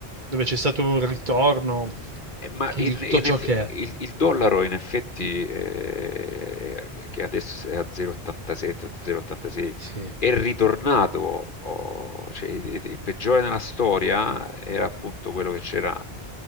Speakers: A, on the right (about 50°); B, on the left (about 55°).
A: dove c'è stato un ritorno
B: Eh, Ma
A: di
B: in-
A: tutto
B: in
A: ciò
B: eff-
A: che è.
B: il, il dollaro in effetti, eh, che adesso è a 0,87, 0,86,
A: Sì.
B: è ritornato, oh, cioè, il, il peggiore nella storia era appunto quello che c'era